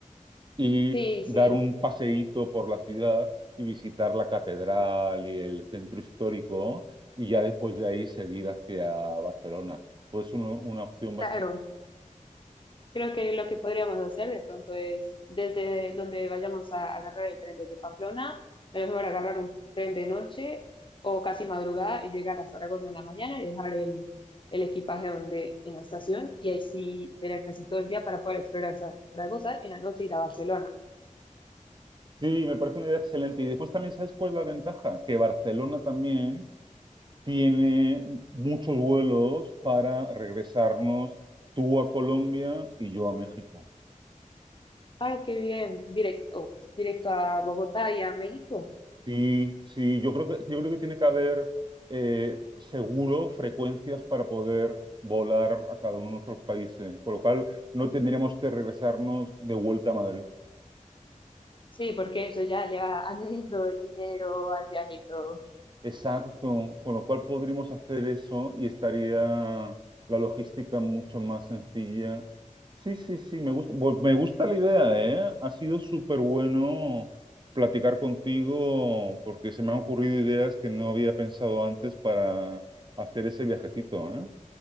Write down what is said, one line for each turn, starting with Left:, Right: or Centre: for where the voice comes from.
Right: y
Left: Sí,
Right: dar
Left: sí,
Right: un paseíto por la ciudad y visitar la catedral y el centro histórico y ya después de ahí seguir hacia Barcelona. Pues un- una opción
Left: claro.
Right: bastante...
Left: Creo que lo que podríamos hacer de pronto es, desde donde vayamos a agarrar el tren desde Pamplona, a lo mejor agarrar un tren de noche o casi madrugada y llegar a Zaragoza en la mañana y dejar el, el equipaje donde, en la estación y ahí sí tener casi todo el día para poder explorar Zaragoza y en la noche ir a Barcelona.
Right: Sí, me parece una idea excelente. Y después también, ¿sabes cuál es la ventaja? Que Barcelona también tiene muchos vuelos para regresarnos tú a Colombia y yo a México.
Left: Ay, qué bien, directo, directo a Bogotá y a México.
Right: Sí, sí, yo creo que, yo creo que tiene que haber eh, seguro frecuencias para poder volar a cada uno de nuestros países, por lo cual no tendríamos que regresarnos de vuelta a Madrid.
Left: Sí, porque eso ya le va añadiendo el dinero al viaje y todo.
Right: Exacto, con lo cual podríamos hacer eso y estaría la logística mucho más sencilla. Sí, sí, sí, me gusta, bu- me gusta la idea, ¿eh? Ha sido súper bueno platicar contigo porque se me han ocurrido ideas que no había pensado antes para hacer ese viajecito, ¿eh?